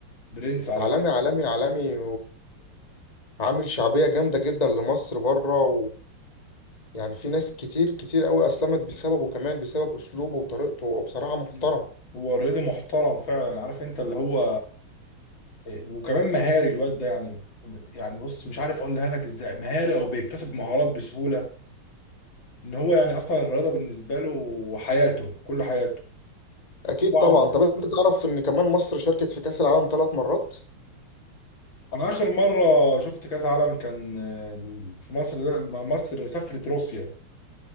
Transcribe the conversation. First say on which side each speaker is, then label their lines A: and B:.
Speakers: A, on the left (about 65°); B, on the left (about 20°).
A: برنس على
B: عالمي
A: فكره
B: عالمي عالمي وعامل شعبية جامدة جدا لمصر بره ويعني في ناس كتير كتير قوي اسلمت بسببه كمان بسبب اسلوبه وطريقته وبصراحة محترم
A: مم. هو رياضي محترم فعلا عارف انت اللي هو إيه، وكمان مهاري الواد ده يعني يعني بص مش عارف اقولها لك ازاي مهاري او بيكتسب مهارات بسهوله ان هو يعني اصلا الرياضه بالنسبه له حياته كل حياته
B: اكيد
A: طبعا
B: طبعا طب انت تعرف ان كمان مصر شاركت في كأس العالم ثلاث مرات
A: انا اخر مره شفت كاس عالم كان آه، في مصر ده لما مصر سافرت روسيا